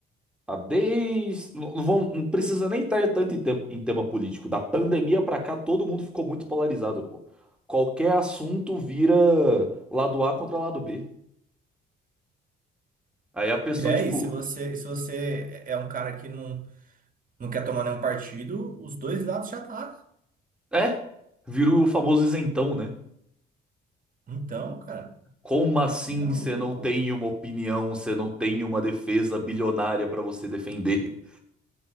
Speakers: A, in the centre; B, on the right.
A: A desde. Não, não vão- não precisa nem entrar tanto em, tem- em tema político. Da pandemia pra cá, todo mundo ficou muito polarizado, pô. Qualquer assunto vira lado A contra lado B. Aí a pessoa,
B: É, E aí,
A: tipo,
B: se você, se você é um cara que não, não quer tomar nenhum partido, os dois lados já tá.
A: é, vira o famoso isentão, né?
B: Então, cara,
A: Como assim
B: maluco.
A: você não tem uma opinião, você não tem uma defesa bilionária pra você defender?